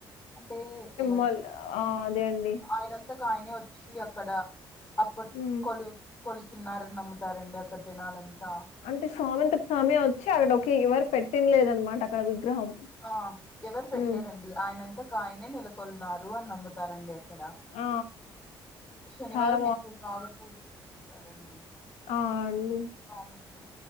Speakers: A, on the left; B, on the left.
A: అంటే ఎలా
B: మళ్
A: చెప్
B: ఆ అదే అండి
A: ఆయనంతకు ఆయనే వచ్చి అక్కడ అప్పట్
B: ఉ
A: కొలుచున్నారని నమ్ముతారండి అక్కడ జనాలంతా
B: అంటే స్వామంతకి స్వామే వచ్చి అక్కడ ఒక ఎవరు పెట్టిన లేదనమాట అక్కడ విగ్రహం
A: ఆ ఎవరు పెట్టలేదండి
B: ఉమ్
A: ఆయనంతకు ఆయనే నెలకొలున్నారు అని నమ్ముతారండి అక్కడ
B: ఆ
A: శనివారం
B: చాలా
A: ఎక్కువ బాగా పూజలు చేస్తారండి
B: అ అండి
A: స్వామికి